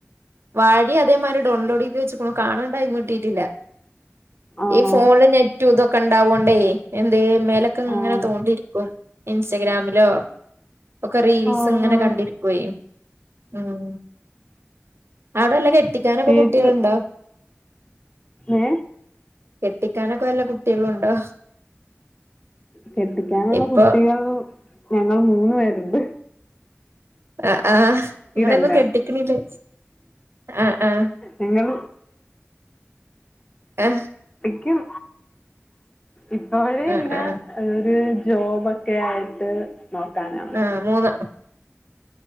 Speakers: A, on the right (about 65°); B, on the left (about 20°).
A: വാഴി അതേമാതി രിഡോൺലോഡ് ചെയ്ത് വെച്ചക്കണു കാണണ്ടായിന്ന് കട്ടിട്ടില്ല
B: ആണോ
A: ഈ ഫോണില് നെറ്റൂ ഇതൊക്കെ ഉണ്ടാവോണ്ടേ എന്ത് മേലൊക്കെ
B: ആ
A: ഇങ്ങനെ തോണ്ടിരിക്കും ഇൻസ്റ്റഗ്രാമിൽ ഹല്ലോ ഒക്കെ റീൽസ്
B: ആ
A: ഇങ്ങനെ
B: ആ
A: കണ്ടിരിക്കുകയും ഉം അവിടെല്ല കെട്ടിക്കാനൊക്കെ
B: തിയേറ്റർ
A: കുട്ടികളുണ്ടോ
B: ഏ
A: കുഴിക്കാനൊക്ക വല്ല കുട്ടികളും ഉണ്ടോ
B: കെട്ടിക്കാനുള്ള
A: ഇപ്പൊ
B: കുട്ടികൾ ഞങ്ങൾ മൂന്ന്പേരുണ്ട്
A: ആ ആഹ് ഇങ്ങളൊന്നും
B: അല്ല
A: കെട്ടിക്കണില്ലേ ആ ആഹ
B: ഞങ്ങൾ
A: ആഹ
B: എന്നിക്കും ഇപ്പോഴേ
A: ആ
B: ഇല്ല
A: ആ
B: ഒരു ജോബ് ഒക്കെ ആയിട്ട് നോക്കാനാണ്
A: ആഹ മൂന്ന്